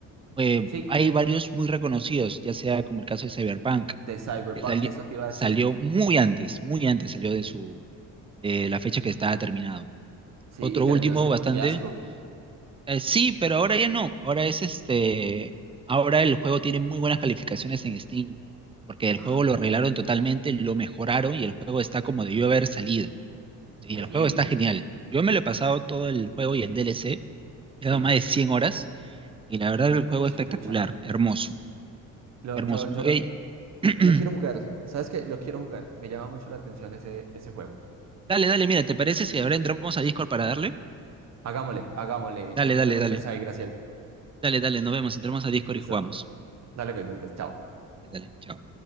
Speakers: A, on the right; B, on the right.
A: Eh,
B: Sí,
A: hay
B: c-
A: varios muy reconocidos, ya sea como el caso de Cyberpunk,
B: de Cyberpunk,
A: que sali-
B: eso te iba a
A: salió
B: decir.
A: muy antes, muy antes salió de su, de la fecha que estaba terminado.
B: Sí,
A: Otro
B: y terminó
A: último
B: siendo
A: bastante
B: un fiasco.
A: eh, sí, pero ahora ya no. Ahora es este. Ahora el juego tiene muy buenas calificaciones en Steam. Porque el
B: Ah,
A: juego lo arreglaron totalmente, lo mejoraron y el juego está como debió haber salido.
B: increíble.
A: Y el juego está genial. Yo me lo he pasado todo el juego y el DLC. Le
B: Sí,
A: he dado más de 100 horas. Y la verdad, el juego es espectacular.
B: pucha.
A: Hermoso.
B: Lo,
A: Hermoso.
B: yo,
A: Me
B: yo
A: voy-
B: lo,
A: a- <clears throat>
B: Lo quiero jugar. ¿Sabes qué? Lo quiero jugar. Me llama mucho la atención ese, ese juego.
A: Dale, dale, mira, ¿te parece si ahora entramos a Discord para darle?
B: Hagámosle, hagámosle.
A: Dale,
B: Ya nos
A: dale,
B: vemos
A: dale.
B: entonces ahí, Graciel.
A: Dale, dale, nos vemos. Entramos a Discord
B: Listo.
A: y jugamos.
B: Dale, pues, dale, pues. Chao.
A: Dale, chao.